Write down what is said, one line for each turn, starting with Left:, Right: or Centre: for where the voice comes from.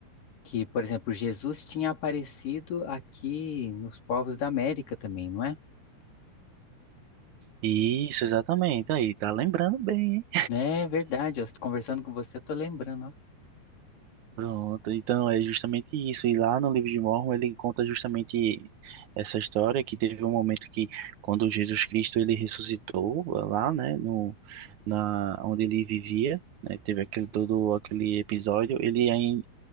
Left: que, por exemplo, Jesus tinha aparecido aqui nos povos da América também, não é?
Right: Isso, exatamente. Aí, tá lembrando bem, hein?
Left: É verdade, eu tô conversando com você, eu tô lembrando.
Right: Pronto. Então, é justamente isso. E lá no livro de Mormon, ele conta justamente essa história que teve um momento que, quando Jesus Cristo ele ressuscitou eh, lá, né, no na onde ele vivia, né, teve aquele todo aquele episódio, ele aí,